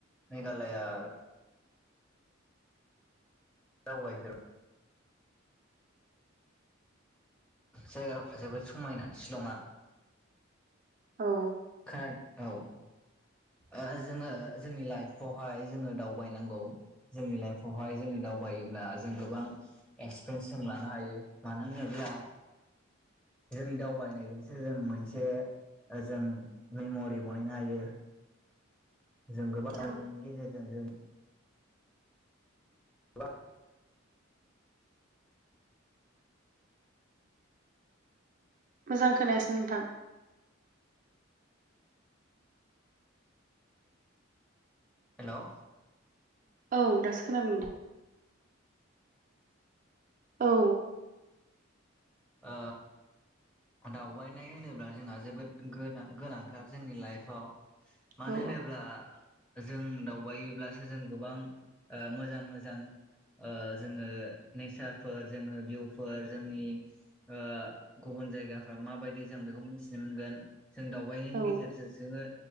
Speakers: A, in the centre; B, on the right.
A: मेघालया दावबाय फेर जायगाफ्रा जोबोद समायना शिलंआ
B: औ
A: खोनादोंना औ ओ जोंङो जोंनि लाइफावहाय जोंङो दावबायनांगौ जोंनि लाइफआवहाय जोंनि दावबायोब्ला जों गोबां एक्सपिरियेन्स जों लानो हायो मानो होनोब्ला जोंनि दावबायनायजोंसो जों मोनसे जों मेमरि बानायनो हायो। जों गोबां दाबायनायनि
B: औ
A: गेजेरजों जों बां
B: मोजां खोनायासै नोंथां?
A: हेल'
B: औ दासो खोनादों। औ
A: ओ दावबायनाय होनोब्ला जोंहा जोबोदां गोनां गोनांथार जोंनि लाइफआव। मानो
B: औ
A: होनोब्ला जों दावबब्लासो जों गोबां ओ मोजां मोजां ओ जोङो नेचारफोर जोङो भिउफोर जोंनि ओ गुबुन जायग जायगाफ्रा माबायदि जों बेखौ मिथिनो मोनगोन जों दावबायनायनि
B: औ
A: गेजेरजों जोङो